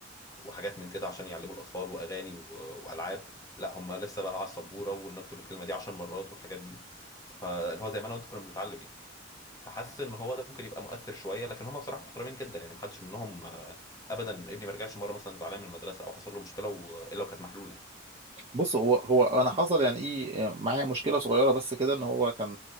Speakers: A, on the left; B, on the right.
A: وحاجات من كده عشان يعلموا الاطفال واغاني و... والعاب لا هم لسه بقى على السبوره ونكتب الكلمه دي 10 مرات والحاجات دي فاللي هو زي ما انا وانت كنا بنتعلم يعني فحاسس ان هو ده ممكن يبقى مؤثر شويه لكن هم بصراحه محترمين جدا يعني محدش منهم آه، ابدا ابني ما رجعش مره مثلا زعلان من المدرسه او حصل له مشكله و... الا وكانت محلوله يعني
B: بص هو هو انا حصل يعني ايه معايا مشكله صغيره بس كده ان هو كان